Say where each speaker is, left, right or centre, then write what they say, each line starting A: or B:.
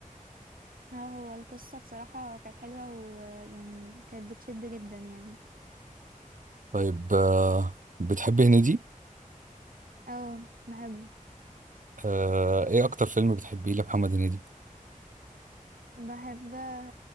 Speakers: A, on the right; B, on the right.
A: اه هو القصه بصراحه كانت حلوه ويعني كانت بتشد جدا يعني
B: طيب آه، بتحبي هنيدي؟
A: اه بحبه
B: آه، إيه أكتر فيلم بتحبيه لمحمد هنيدي؟
A: بحب آه،